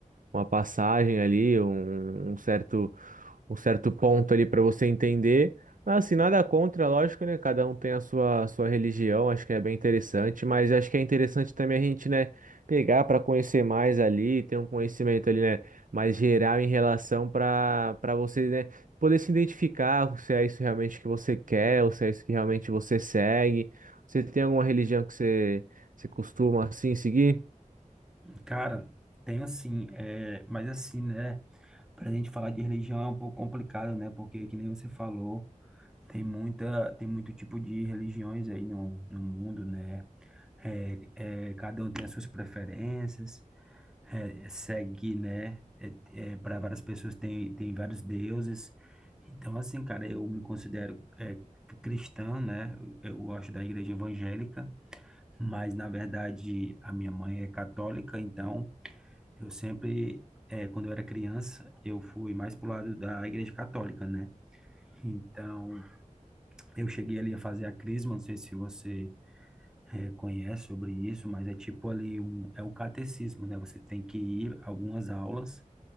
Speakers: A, on the right (about 75°); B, in the centre.
A: uma passagem ali, um um certo um certo ponto ali para você entender. Mas assim, nada contra, lógico, né? Cada um tem a sua, sua religião, acho que é bem interessante, mas acho que é interessante também a gente, né, pegar para conhecer mais ali, ter um conhecimento ali, né, mais geral em relação para para você, né, poder se identificar se é isso realmente que você quer, ou se é isso que realmente você segue. Você tem alguma religião que você, você costuma assim seguir?
B: Cara, tem assim, é... mas assim, né? Pra gente falar de religião é um pouco complicado, né? Porque, que nem você falou, tem muita, tem muito tipo de religiões aí no, no mundo, né? É, é, cada um tem as suas preferências. é, segue, né? É, para várias pessoas tem, tem vários deuses. Então, assim, cara, eu me considero é, cristã, né? Eu gosto da igreja evangélica, mas na verdade a minha mãe é católica, então eu sempre, é, quando eu era criança, eu fui mais pro lado da igreja católica, né? Então, eu cheguei ali a fazer a crisma, não sei se você eh, conhece sobre isso, mas é tipo ali um, é o catecismo, né? Você tem que ir a algumas aulas